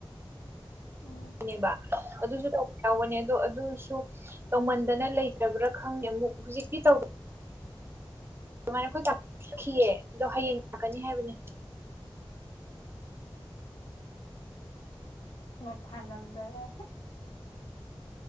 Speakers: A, on the left; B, on the right.
A: ꯎꯝ
B: ꯅꯦꯕ ꯑꯗꯨꯁꯨ ꯇꯧꯕ ꯌꯥꯎꯕꯅꯦ ꯑꯗꯣ ꯑꯗꯨꯁꯨ ꯇꯧꯃꯟꯗꯅ ꯂꯩꯇ꯭ꯔꯕ꯭ꯔꯥ ꯈꯪꯗꯦ ꯑꯃꯨꯛ ꯍꯧꯖꯤꯛꯇꯤ ꯇꯧ ꯑꯗꯨꯃꯥꯏꯅ ꯑꯩꯈꯣꯏ ꯇꯥꯛꯈꯤꯑ ꯑꯗꯣ ꯍꯌꯦꯡ ꯂꯥꯛꯀꯅꯤ ꯍꯥꯏꯕꯅꯦ
A: ꯃ ꯐꯥꯅꯗꯒ